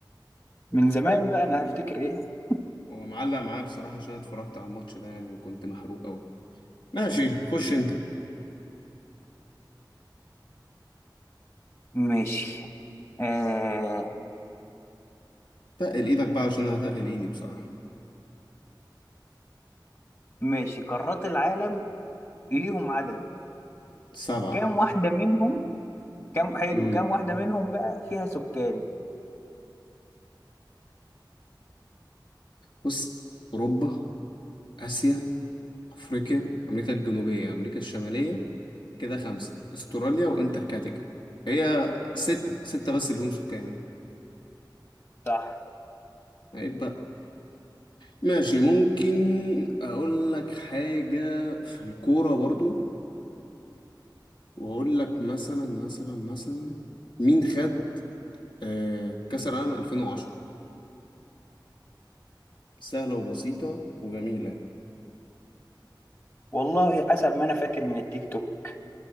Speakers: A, on the left; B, on the left.
A: من زمان بقى أنا هفتكر إيه؟
B: هو معلق معايا بصراحة عشان اتفرجت على الماتش ده يعني وكنت محروق قوي ماشي خش انت
A: ماشي آه،
B: تقل ايدك بقى عشان انا هتقل ايدي بصراحة
A: ماشي قارات العالم ليهم عدد
B: سبعة
A: كام واحدة منهم كم حلو
B: امم
A: كم واحدة منهم بقى فيها سكان
B: بص اوروبا اسيا افريقيا امريكا الجنوبية امريكا الشمالية كده خمسة استراليا وانتاركتيكا هي ستة ستة بس اللي هم سكان يعني
A: صح
B: عيب بقى ماشي ممكن اقول لك حاجة في الكورة برضو واقول لك مثلا مثلا مثلا مين خد آه، كأس العالم 2010 سهلة وبسيطة وجميلة
A: والله حسب ما أنا فاكر من التيك توك